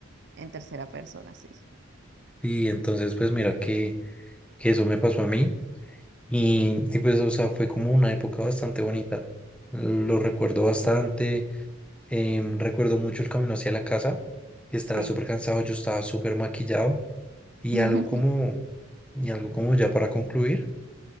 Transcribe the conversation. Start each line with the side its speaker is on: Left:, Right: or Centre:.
Right: en tercera persona, sí.
Centre: Y entonces, pues mira que, que eso me pasó a mí y, y, pues, o sea, fue como una época bastante bonita. Lo recuerdo bastante, em, recuerdo mucho el camino hacia la casa, que estaba
Right: Sí.
Centre: súper cansado, yo estaba súper maquillado y
Right: <laughs>
Centre: algo como, y algo como ya para concluir,